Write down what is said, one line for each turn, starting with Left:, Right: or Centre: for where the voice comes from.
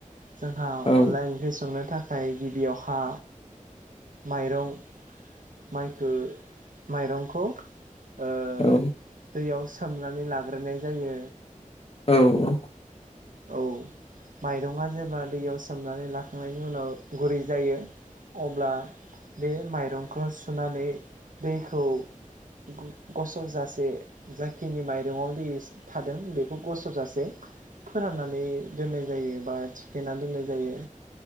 Right: जोंहा
Left: औ
Right: अनला ओंख्रि संनो था खाय गिबियावहा माइरं माइखो माइरंखौ ओ
Left: औ
Right: दैयाव सोमनानै लाग्रोनाय जायो।
Left: औ औ
Right: औ माइरङा जेब्ला दैयाव सोमनानै लाखांनायनि उनाव गुरै जायो अब्ला बे माइरंखौ सुनानै दैखौ ग-गसरजासे जाखिनि माइरङाव दै थादों बेखौ गसरजासे फोराननानै दोननाय जायो बा थिखेना दोननाय जायो।